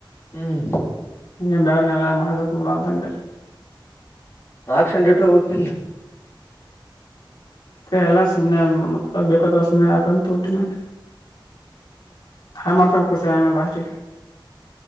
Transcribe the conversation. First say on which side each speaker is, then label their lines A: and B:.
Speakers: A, on the left; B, on the left.
A: ಹ್ಮ್.
B: ಏನು ಬೇಡ ನೆಳ್ಳಾಗ ಮಾಡ ಬಿಡು ಅಂತ ಅಂದೆ.
A: ಆಕ್ಕ್ಷಂಡ ಇಟ್ಟು ಹೋಗ್ಬೆಕಿಲ್ಲ.
B: ಎಲ್ಲ ಸುಮ್ಮನೆ ಮತ್ತ ಬೇಕ ಸುಮನೆ ಬೇಕಂತೆ ಯಾಕ ಅಂತ ಹುಟಗೋಂಡ. ಹಾಯ್ ಮಾಡ್ತೊಬೇಕು ಸಿಗಾಂಗಿಲ್ಲಾ ಆಮಲೆ ಲಾಸ್ಟಿಗೆ.